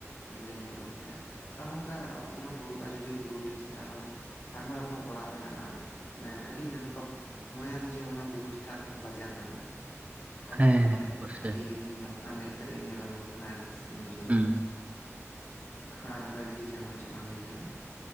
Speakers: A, on the left; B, on the right.
A: ᱚᱸᱰᱮᱞᱮ ᱧᱮᱞ ᱟᱹᱜᱩ ᱠᱮᱫᱟ ᱟᱨ ᱚᱱᱠᱟ ᱚᱱᱟ ᱵᱩᱨᱩ ᱟᱡᱳᱫᱤᱭᱟᱹ ᱵᱩᱨᱩ ᱵᱤᱨ ᱪᱮᱛᱟᱱ ᱨᱮᱦᱚᱸ ᱟᱭᱢᱟ ᱨᱚᱠᱚᱢ ᱚᱲᱟᱜ ᱢᱮᱱᱟᱜ-ᱟ ᱟᱹᱰᱤᱜᱟᱱ ᱚᱱᱠᱟ ᱢᱚᱱᱮᱭᱟᱢ ᱡᱮ ᱚᱱᱟ ᱵᱩᱨᱩ ᱪᱮᱛᱟᱱ ᱨᱮᱦᱚᱸ ᱵᱟᱡᱟᱨ ᱢᱮᱱᱟᱜᱼᱟ ᱟᱹᱰᱤ
B: ᱦᱮᱸ
A: ᱢᱟᱱᱮ
B: ᱦᱮᱸ ᱚᱵᱚᱥᱥᱳᱭ
A: ᱟᱹᱰᱤᱧ ᱧᱮᱞ ᱟᱠᱟ-ᱟ ᱢᱮᱫ ᱛᱮᱨᱮ ᱤᱧ ᱧᱮᱞ ᱟᱹᱜᱩ ᱟᱠᱟᱱᱟ ᱟᱹᱰᱤ ᱨᱟᱹᱥᱠᱟᱹᱧ ᱵᱩᱡᱷᱟᱹᱣ
B: ᱦᱩᱸ
A: ᱠᱟᱫᱟ ᱟᱨ ᱚᱱᱠᱟᱜᱮ ᱫᱤᱜᱷᱟ ᱠᱚ ᱪᱮᱫ ᱞᱮᱠᱟ ᱦᱩᱭ ᱠᱟᱱᱟ